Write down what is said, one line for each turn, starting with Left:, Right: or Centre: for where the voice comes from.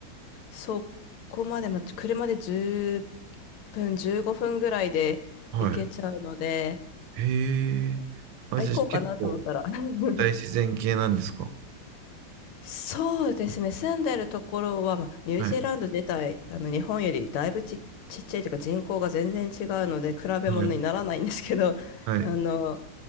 Left: そこまで、まあ、車で10分、15分ぐらいで行けちゃうので、
Right: はいへえー。あ、
Left: あ、
Right: じゃあ結構
Left: 行こうかなと思ったら。<laughs>
Right: 大自然系なんですか
Left: そうですね、住んでるところは、まあ、ニュージーランド自体、
Right: はい、
Left: あの、日本よりだいぶち、ちっちゃいというか人口が全然違うので、比べ物にならないんですけど、
Right: はい、はい。
Left: あの、